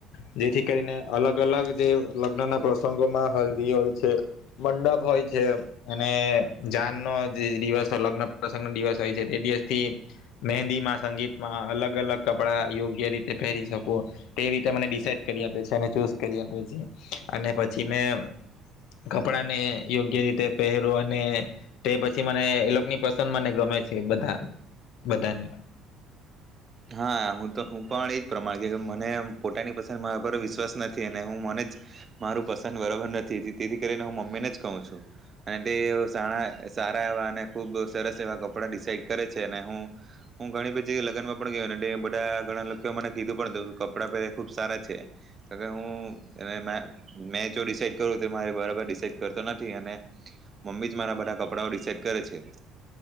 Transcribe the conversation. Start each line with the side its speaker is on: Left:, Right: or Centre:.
Left: જેથી કરીને અલગ અલગ જે લગ્ન ના પ્રસંગોમાં હલ્દી હોય છે મંડપ હોય છે અને જાન નો જે દિવસ લગ્ન પ્રસંગ ન દિવસ હોય છે તે દિવસ થી મહેંદીમાં સંગીતમાં અલગ અલગ કપડા યોગ્ય રીતે પહેરી શકુ તે રીતે મને ડિસાઈડ કરી આપે છે અને ચૂઝ કરી આપે છે અને પછી મેં કપડાને યોગ્ય રીતે પહેરુ અને તે પછી મને એ લોકોની પસંદ મને ગમે છે બધા બધાની.
Right: હા હું તો હું પણ એજ પ્રમાણ મને પોતાની પસંદ મા પર વિશ્વાસ નથી અને હું મને જ મારું પસંદ બરોબર નથી તેથી કરીને હું મમ્મીને જ કહું છું અને તે સારા એવા અને ખુબ સરસ એવા કપડા ડિસાઇડ કરે છે અને હું હું ઘણી બધી લગ્ન. <inaudible> તે બધા ઘણા લોકો કીધું કપડા પહેરે ખુબ સારા છે અગર હું મે કરતો નથી અને મમ્મી જ મારા બધા કપડા ડિસિડે કરે છે